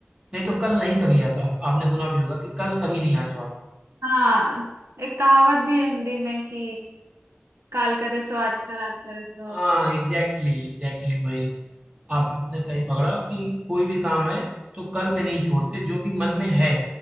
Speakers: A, on the right; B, on the right.
A: नहीं तो कल नहीं कभी आता आपने सुना भी होगा कि कल कभी नहीं आने वाला
B: हाँ एक कहावत भी है हिंदी में कि काल करे सो आज कर आज करे सो
A: हाँ
B: अब
A: एग्जैक्टली exactly, एग्जैक्टली exactly वही आपने सही पकड़ा कि कोई भी काम है तो कल पे नहीं छोड़ते जो भी मन में है